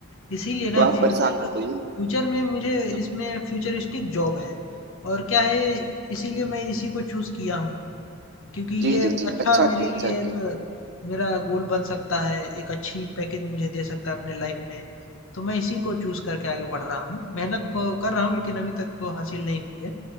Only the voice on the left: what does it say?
इसीलिए ना
फ्यूचर
फ्यूचर में मुझे
इसमें फ्यूचरिस्टिक जॉब है और क्या है इसीलिए मैं इसी को चूज़ किया हूँ क्योंकि ये
एक
अच्छा
मेरे लिए
एक
मेरा गोल बन सकता है एक अच्छी पैकेज मुझे दे सकता है अपने लाइफ में तो मैं इसी को चूज़ करके आगे बढ़ रहा हूँ मेहनत तो कर रहा हूँ लेकिन अभी तक तो हासिल नहीं हुई है